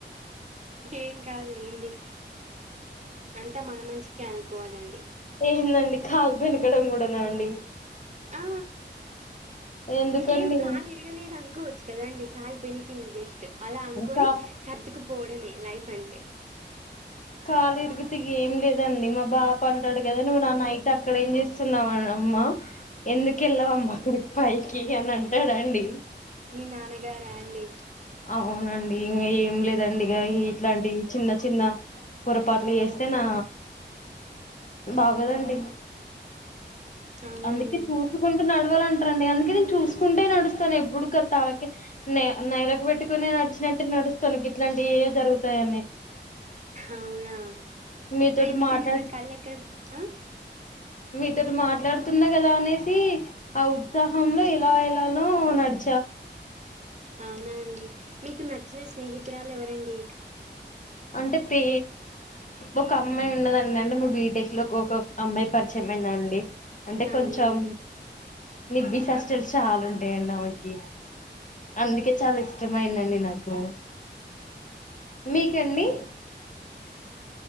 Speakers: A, on the right (about 40°); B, on the left (about 40°).
A: ఏం కాదులేండి అంతా మన మంచికే అనుకోవాలండి.
B: ఏందండి ఖాల్ బెనకడం గూడనా అండి.
A: ఆ
B: ఎందుకండి
A: ఇంకేం కాలిరగలేదనుకోవచ్చు కదండి కాల్ బెనికింది జస్ట్ అలా అన్కోని
B: కా
A: సర్దుకు. పోడమే లైఫంటె.
B: కాలిరిగితె ఏం లేదండి మా బాపంటడ్ గద నువ్ నా నైట్ అక్కడేం జేస్తున్నావనమ్మ. ఎందుకెల్లావమ్మ అక్కడి పైకి అనంటాడండి
A: మి నాన్నగారా అండి.
B: ఔనండి ఇంగేం లేదండి ఇగ ఇ ఇట్లాంటి చిన్న చిన్న పొరపాట్లు జేస్తేనా బాగోదండి.
A: అవునా
B: అందుకె
A: అండి.
B: చూసుకుంటూ నడు నడ్వాలంట్రండి అందుకే నేన్ చూసుకుంటే నడుస్తాను ఎప్పుడు కతల్ కి నే నై. <unintelligible> గ పెట్టుకొని నడిచినట్టే నడుస్తను గిట్లాంటివే జరుగుతాయని.
A: ఔనా
B: మీతోటి
A: ఇప్పుడు ఎందుకండి
B: మాట్లాడు
A: మరి కళ్ళెక్కడ పె అ.
B: మీతోటి మాట్లాడుతున్న కదా అనేసి ఆ ఉత్సాహంలో ఇలా ఎలానో నడి.
A: ఔనా అండి. మీకు నచ్చిన స్నేహితురాలెవరండి.
B: అంటే పే ఒక అమ్మాయున్నదండి అంటె మా బీటెక్ లోక్ ఒక అమ్మాయ్ పర్చమైందండి అంటె.
A: అవునా
B: కొంచెం
A: అండి.
B: నిబ్బి సస్టల్ షాలుంటాయండామెకి అందుకె చాలిష్టమైందండి నాకు. మీకండి